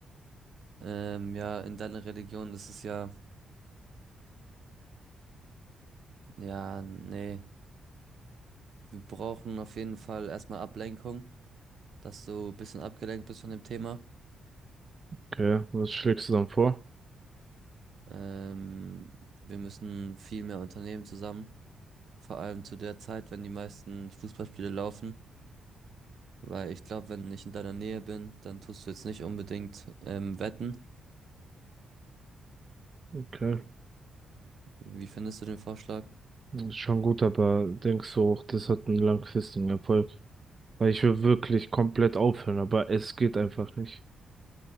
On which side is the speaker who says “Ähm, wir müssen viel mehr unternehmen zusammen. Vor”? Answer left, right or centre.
Right